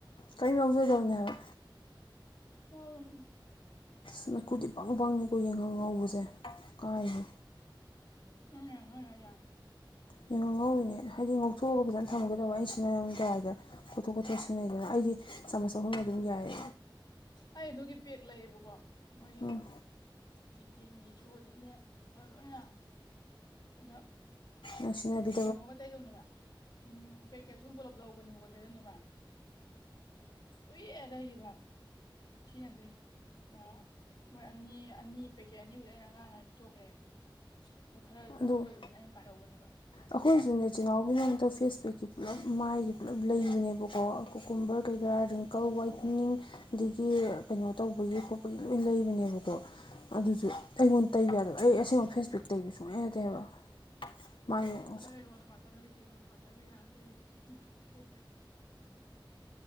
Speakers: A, on the left; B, on the left.
A: ꯀꯔꯤꯝ ꯌꯥꯎꯖꯗꯕꯅꯦ ꯍꯥꯏꯕ
B: ꯎꯝ
A: ꯑ ꯃꯩꯈꯨꯗꯤ ꯄꯪ ꯄꯪꯅꯤꯀꯣ ꯌꯦꯟꯉꯧ ꯉꯧꯕꯁꯦ ꯀꯥꯏꯔꯦ
B: ꯍ ꯍꯣꯏ ꯌꯥ
A: ꯡꯉ ꯉꯧꯤꯅꯦ ꯍꯥꯏꯗꯤ ꯉꯧꯊꯣꯛꯑꯒ ꯐꯖꯅ ꯊꯝꯒꯦꯗꯧꯕ ꯑꯩꯁꯤꯅꯔꯝꯗꯥꯋꯥꯏꯗ ꯈꯣꯊꯣꯛ ꯈꯣꯊꯣꯛ ꯁꯤꯖꯤꯟꯅꯩꯗꯅ ꯑꯩꯗꯤ ꯆꯥꯃꯁ ꯑꯍꯨꯝ ꯑꯗꯨꯝ ꯌꯥꯏ
B: ꯑꯩ ꯑꯗꯨꯒꯤ ꯄꯦꯛ ꯂꯩꯌꯦꯕꯀꯣ ꯃꯣꯏꯒꯤ
A: ꯎꯝ
B: ꯖꯤꯇꯦꯟꯒꯤꯁꯨ ꯑꯗꯒꯤ ꯂꯣꯏ ꯂꯣꯏꯅ ꯑꯗ
A: ꯃꯁꯤꯅꯕꯤ
B: ꯀꯩꯅꯣꯒ ꯇꯩꯗꯧꯅꯦꯕ ꯎꯝ ꯄꯦꯛꯀꯦꯠꯇꯨ ꯄꯨꯂꯞ ꯂꯧꯕꯅꯦꯕꯀꯣ ꯗ꯭ꯔꯖꯟꯗꯨꯃ ꯑꯦ ꯂꯩꯔꯤꯕ ꯁꯤꯖꯤꯟꯅꯗꯦ ꯥ ꯃꯣꯏ ꯑꯅꯤ ꯑꯅꯤ ꯄꯦꯀꯦꯠ ꯑꯅꯤꯕꯨꯗꯤ ꯑꯩꯅ ꯑꯉꯥꯡ ꯄꯤꯊꯣꯛꯈ꯭ꯔꯦꯕ ꯑꯗꯣ ꯈꯔ ꯑꯣꯏꯕ
A: ꯑꯗꯨ
B: ꯃꯔꯨ ꯑꯣꯏꯕꯗꯨꯅ ꯑꯩꯅ ꯄꯥꯏꯍꯧꯕꯅꯦꯕ
A: ꯑꯩꯈꯣꯏꯁꯨꯅꯦ ꯆꯦ ꯅꯥꯎꯕꯒꯤ ꯍꯟꯇꯛ ꯐꯦꯁꯄꯦꯛꯀꯤ ꯄꯨꯜꯂꯞ ꯃꯥꯏꯒꯤ ꯄꯨꯂꯞ ꯂꯩꯕꯅꯦꯕꯀꯣ ꯀꯨꯀꯨꯝꯕꯔ ꯀꯩꯀꯥ ꯔꯤꯡ ꯀ ꯋꯥꯏꯇꯅꯤꯡ ꯑꯗꯒꯤ ꯀꯩꯅꯣ ꯇꯧꯕꯒꯤ ꯈꯣꯠꯄꯒꯤ ꯂꯣꯏ ꯂꯩꯕꯅꯦꯕꯀꯣ ꯑꯗꯨꯁꯨ ꯑꯩꯉꯣꯟꯗ ꯇꯩꯕ ꯌꯥꯗꯕ ꯑꯩ ꯑꯁꯦꯡꯕ ꯐꯦꯁꯕꯦꯛ ꯇꯩꯕ ꯁꯨꯡꯌꯥ ꯌꯥꯗꯦ ꯍꯥꯏꯕ ꯃꯥꯥꯏ
B: ꯑꯩ ꯔꯣꯁ ꯋꯥꯇꯔ ꯂꯩꯗꯔꯤ ꯔꯣꯁ ꯋꯥꯇꯔꯒ ꯌꯥꯜꯂꯒ ꯇꯩꯗꯧꯗ ꯔꯣꯁ ꯋꯥꯇꯔ ꯂꯩꯇꯦ